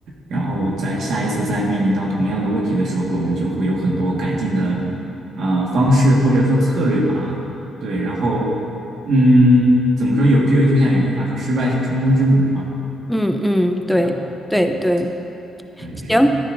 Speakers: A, on the right; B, in the centre.
A: 然后在下一次再面临到同样的问题的时候，我们就会有很多改进的呃方式或者说策略吧。对，然后，嗯，怎么说有就就像有句话说，失败是成功之母嘛，
B: 嗯嗯，对对对，
A: 对吧？嗯，对，是的，
B: 行，